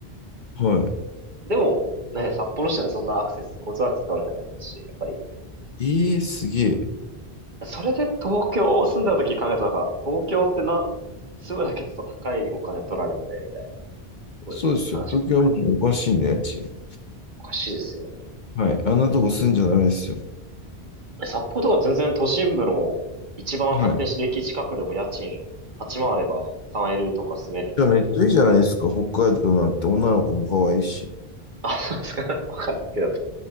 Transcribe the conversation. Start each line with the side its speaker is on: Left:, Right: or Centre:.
Left: は
Right: でもね、札幌市内そんなアクセス、交通アクセス悪くないですし、やっぱり、
Left: い。えー、すげえ。
Right: それで東京住んだ時考えるとなんか、東京ってな、住むだけでさ、高いお金取られてみたいな、すごい悲しかった。
Left: そうですよ。東京はもうおかしいね、家賃。
Right: おかしいですよね。
Left: はい。あんなとこ住んじゃダメですよ。
Right: え札幌とか全然都心部の一番発展してる駅近くでも家賃8万あれば
Left: はい。
Right: 3L とか住めるんで。
Left: じゃあめっちゃいいじゃないですか。北海道なんて女の子も可愛いし。
Right: あ、そうですか。<laughs> わかんないですけど。